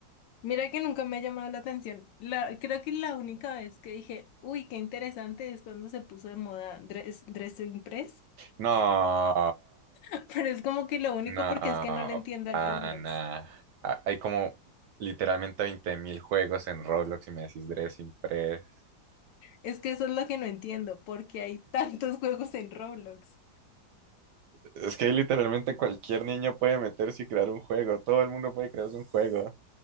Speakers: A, on the left; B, on the right.
A: Mira que nunca me ha llamado la atención. La, creo que la única vez que dije, uy, qué interesante es cuando se puso de moda dress, Dressing Press.
B: No,
A: <laughs> Pero es como que lo único
B: no,
A: porque es que no le entiendo al
B: pana.
A: Roblox.
B: Ah, Hay como literalmente 20.000 juegos en Roblox y me decís Dressing Pre.
A: Es que eso es lo que no entiendo, porque hay tantos <laughs> juegos en Roblox.
B: Es que ahí literalmente cualquier niño puede meterse y crear un juego. Todo el mundo puede crearse un juego.